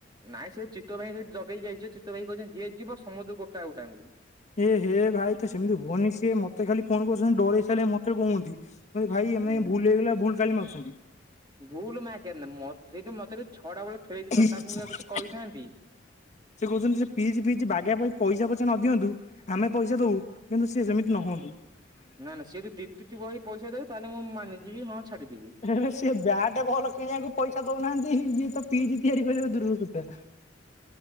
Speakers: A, on the right; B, on the left.
A: ନାଇଁ ସେ ଚିତ୍ତ ଭାଇ ସେଠି ଜଗେଇକି ଆଇଚି। ଚିତତ ଭାଇ କହିଛନ୍ତି, ଯିଏ ଯିବ ସମସ୍ତ ଙ୍କୁ ଗୋଟା ଗୋଟା ଙ୍କୁ
B: ଏ ହେ ଭାଇ ତୁ ସେମିତି ହୁଅନି, ସିଏ ମତେ ଖାଲି ଫୋନ କରୁଛନ୍ତି। ଡରେଇ ସାରିଲେ ମତେ କହୁଛନ୍ତି। ଭାଇ ଏମ
A: ଉଁ
B: ଭଲ ହେଇଗଲା ଭୁଲ କାଲି ମାଗୁଛନ୍ତି।
A: ଭୁଲ ମାଗେ ନା, ମତେ ସେଜଉ ଛଡା ବେଳେ ଖେଳେଇ ଦେଇଥାନ୍ତେ
B: ସେ
A: ତାକୁ ମୁଁ ଆଉ କିଛି କହିଥାନ୍ତି।
B: କହୁଛନ୍ତି, ସେ ପିଜ, ଫିଜ ବାଗେଇିବା ପାଇଁ ପଇସା ପଚେ ନ ଦିଅନ୍ତୁ। ଆମେ ପଇସା ଦବୁ। କିନ୍ତୁ ସେ ସେମିତି ନ ହୁଅନ୍ତୁ।
A: ନା, ନା ସିଏ ଯଦି ଡି ଟି ଟି ବହି ପଇସା ଦେବେ, ତାହେଲେ ମୁଁ ମାନିଯିବି ହଁ ଛାଡିଦେବି।
B: ଆରେ ସେ ବ୍ୟାଟେ ବଲ କିଣିବାକୁ ପଇସା ଦଉନାହାନ୍ତି ଇଏ ତ ପିଚ୍ ତିଆରି କରିବା ଦୂରର କଥା।